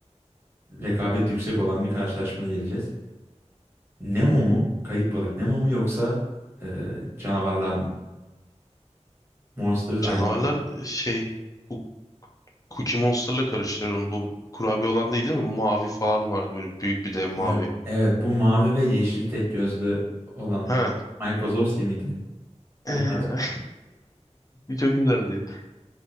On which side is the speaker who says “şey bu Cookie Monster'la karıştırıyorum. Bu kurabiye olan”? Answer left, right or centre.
Left